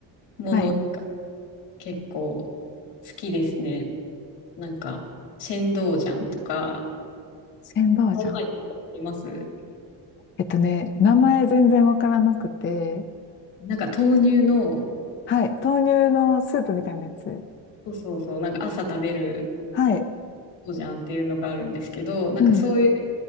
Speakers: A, on the left; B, on the left.
A: ものとか
B: はい。
A: 結構好きですね。なんかシェンドウジャンとか、
B: 千葉じゃん。
A: 台湾います
B: えっとね、名前全然わからなくて、
A: なんか豆乳の、
B: はい。豆乳のスープみたいなやつ。
A: そうそうそう、なんか朝食べる
B: はい。
A: そうじゃんっていうのがあるんですけど、なんかそういう
B: うん。